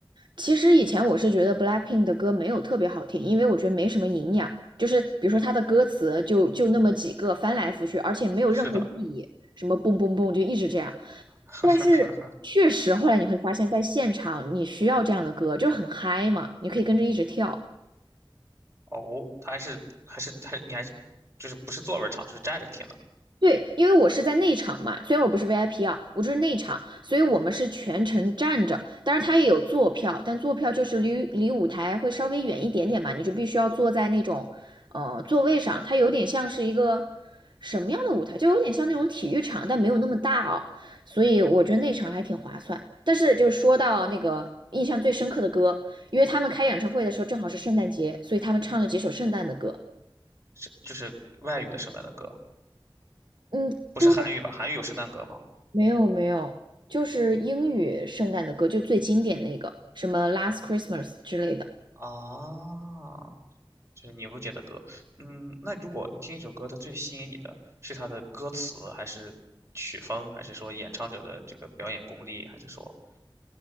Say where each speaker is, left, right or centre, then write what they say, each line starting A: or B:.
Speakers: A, on the right; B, on the right.
A: 其实以前我是觉得 BLACKPINK 的歌没有特别好听，因为我觉得没什么营养，就是比如说它的歌词就就那么几个翻来覆去，而且没有任何意义，
B: 是的，
A: 什么蹦蹦蹦就一直这样。
B: <laughs>
A: 但是确实后来你会发现在现场你需要这样的歌，就是很嗨嘛，你可以跟着一直跳。
B: 哦，他还是还是还你还是就是不是坐着唱，就是站着听的，
A: 对，因为我是在内场嘛，虽然我不是 VIP 啊，我就是内场，所以我们是全程站着。当然，它也有坐票，但坐票就是离离舞台会稍微远一点点嘛，你就必须要坐在那种呃座位上。它有点像是一个什么样的舞台，就有点像那种体育场，但没有那么大哦。所以我觉得内场还挺划算。但是就说到那个印象最深刻的歌，因为他们开演唱会的时候正好是圣诞节，所以他们唱了几首圣诞的歌。
B: 是就是外语的圣诞的歌，
A: 嗯，
B: 不是韩语吧？
A: 对，
B: 韩语有圣诞歌吗？
A: 没有没有，就是英语圣诞的歌，就最经典那个，什么《Last Christmas》之类的。
B: 啊，就是你不觉得歌，嗯，那如果你听一首歌，它最吸引你的是它的歌词，还是曲风，还是说演唱者的这个表演功力，还是说，